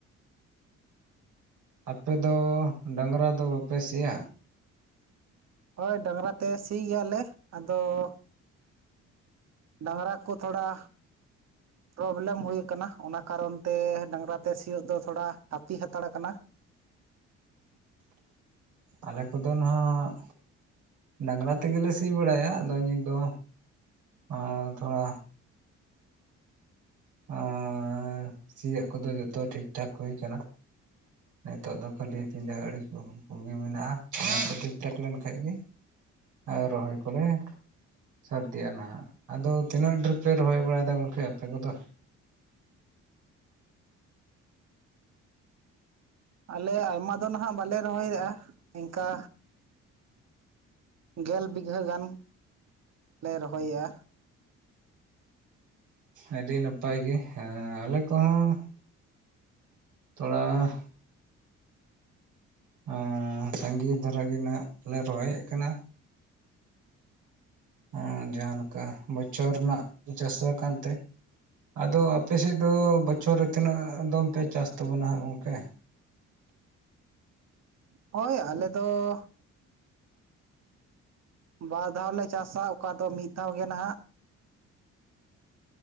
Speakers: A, on the right; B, on the right.
A: ᱟᱯᱮᱫᱚ ᱰᱟᱝᱨᱟ ᱫᱚ ᱵᱟᱯᱮ ᱥᱤᱭᱟ?
B: ᱦᱳᱭ ᱰᱟᱝᱨᱟ ᱛᱮ ᱥᱤ ᱜᱮᱹᱭᱟᱹᱞᱮ ᱟᱫᱚ ᱰᱟᱝᱨᱟ ᱠᱚ ᱛᱷᱚᱹᱲᱟ ᱯᱨᱚᱵᱞᱮᱢ ᱦᱩᱼᱭ ᱠᱟᱱᱟ ᱚᱱᱟ ᱠᱟᱨᱚᱱ ᱛᱮ ᱰᱟᱝᱨᱟ ᱛᱮ ᱥᱤᱭᱳᱼᱜ ᱫᱚ ᱛᱷᱚᱹᱲᱟ ᱦᱟᱹᱯᱤ ᱦᱟᱛᱟᱹᱲ ᱟᱠᱟᱱᱟ
A: ᱟᱞᱮ ᱠᱚᱹᱫᱚ ᱱᱟᱦᱟᱜ ᱰᱟᱝᱨᱟ ᱛᱮ ᱜᱮ ᱥᱤ ᱵᱟᱲᱟᱭᱼᱟ ᱟᱫᱚ ᱱᱤᱛ ᱫᱚ ᱟᱨ ᱛᱷᱚᱹᱲᱟ ᱟᱨ ᱥᱤᱭᱳᱼᱜ ᱠᱚ ᱫᱚ ᱡᱚᱛᱚ ᱴᱷᱤᱠᱴᱷᱟᱠ ᱦᱩᱭ ᱠᱟᱱᱟ᱾ ᱱᱤᱛᱚᱜ ᱫᱚ ᱠᱷᱟᱹᱞᱤ
B: ᱟᱪᱪᱷᱟ
A: ᱯᱤᱰᱷᱟᱹ ᱟᱲᱮ ᱠᱩᱜᱮ ᱢᱮᱱᱟᱜᱼᱟ ᱚᱱᱟ ᱠᱚ ᱴᱷᱤᱠ ᱴᱷᱟᱠ ᱞᱮᱱ ᱠᱷᱟᱡ ᱜᱮ ᱟᱨ ᱨᱚᱦᱚᱭ ᱠᱚᱹᱞᱮ ᱥᱟᱨᱫᱤᱜᱼᱟ ᱱᱟᱦᱟᱜ ᱟᱼᱫᱚ ᱛᱤᱱᱟᱹᱜ ᱰᱷᱮᱨ ᱯᱮ ᱨᱚᱦᱚᱭ ᱵᱟᱹᱲᱟᱭ ᱫᱚ ᱜᱚᱝᱠᱮ ᱟᱯᱮ ᱠᱚᱫᱚ᱾
B: ᱟᱞᱮ ᱟᱭᱢᱟ ᱫᱚ ᱱᱟᱦᱟᱜ ᱵᱟᱞᱮ ᱨᱚᱦᱚᱼᱭ ᱨᱚᱦᱚᱭ ᱠᱟᱜᱼᱟ ᱤᱱᱠᱟᱹ ᱜᱮᱞ ᱵᱤᱜᱷᱟᱹ ᱜᱟᱱ ᱞᱮ ᱨᱚᱦᱚᱭᱟᱹ
A: ᱟᱹᱰᱤ ᱱᱟᱯᱟᱭ ᱜᱮ ᱦᱮᱸ ᱟᱞᱮ ᱠᱚᱦᱚᱸ ᱛᱷᱚᱹᱲᱟ ᱦᱮᱸ ᱥᱟᱜᱤ ᱫᱷᱟᱨᱟᱹ ᱜᱮ ᱱᱟᱦᱟᱜ ᱞᱮ ᱨᱚᱦᱚᱹᱭᱮᱫ ᱠᱟᱱᱟᱹ ᱦᱚᱸ ᱡᱟᱦᱟᱸᱞᱮᱠᱟ ᱵᱚᱪᱷᱚᱨ ᱨᱮᱱᱟᱜ ᱪᱟᱹᱟᱥᱚ ᱠᱟᱱᱹ ᱛᱮ ᱟᱫᱚ ᱟᱯᱮ ᱥᱮᱫ ᱫᱚ ᱵᱚᱪᱷᱚᱨ ᱨᱮ ᱛᱤᱱᱟᱹᱜ ᱫᱚᱢ ᱯᱮ ᱪᱟᱥ ᱛᱟᱵᱚᱱᱟ ᱦᱟᱸᱜ ᱜᱚᱝᱹᱠᱮ
B: ᱦᱳᱭ ᱟᱞᱮ ᱫᱚ᱾ ᱵᱟᱨᱫᱷᱟᱣ ᱞᱮ ᱪᱟᱥᱟ ᱚᱠᱟ ᱫᱚ ᱢᱤᱫ ᱫᱷᱟᱣ ᱜᱮ ᱱᱟᱦᱟᱜ